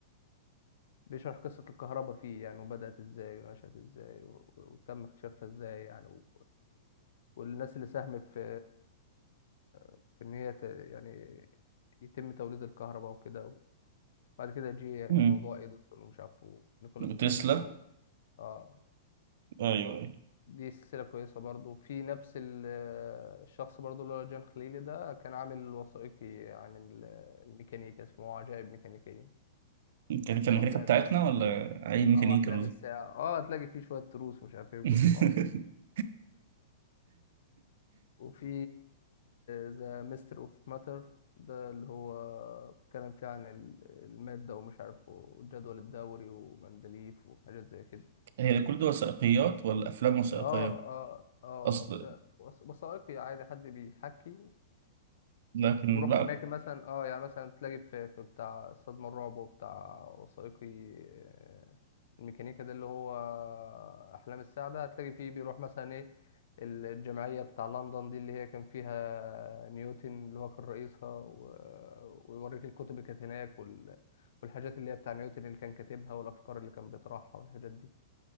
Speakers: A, on the left; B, on the right.
A: بيشرح قصة الكهرباء فيه يعني وبدأت ازاي ونشأت ازاي و... وتم اكتشافها ازاي يعني و... والناس اللي ساهمت في في ان هي ت... يعني يتم توليد الكهرباء وكده وبعد كده جه
B: أمم،
A: موضوع اديسون ومش عارف ونيكولاس
B: وتسلا
A: تسلا و... اه
B: أيوه أيوه
A: دي سلسلة كويسة برضو في نفس ال- الشخص برضو اللي هو جان خليلي ده كان عامل وثائقي عن ال- الميكانيكا اسمه عجائب ميكانيكية
B: كان كان
A: أو
B: الميكانيكا
A: أحلام
B: بتاعتنا ولا أي ميكانيكا
A: أو أحلام الساعة اه هتلاقي فيه شوية تروس ومش عارف ايه بيبقى
B: <laughs>
A: اسمه وفي ذا ميستر اوف ماتر ده اللي هو بيتكلم فيه عن ال- المادة ومش عارف والجدول الدوري ومندليف وحاجات زي كده
B: هي كل دي وثائقيات ولا أفلام وثائقية
A: اه اه اه
B: أصل
A: لا وث- وثائقي عادي حد بيحكي
B: لكن
A: بروح
B: لا
A: اماكن مثلا اه يعني مثلا تلاقي في في بتاع صدمة الرعب وبتاع وثائقي آه، الميكانيكا ده اللي هو احلام السعدة هتلاقي فيه بيروح مثلا ايه الجمعية بتاع لندن دي اللي هي كان فيها نيوتن اللي هو كان رئيسها و- ويوريك الكتب اللي كانت هناك وال... والحاجات اللي هي بتاع نيوتن اللي كان كاتبها والافكار اللي كان بيطرحها والحاجات دي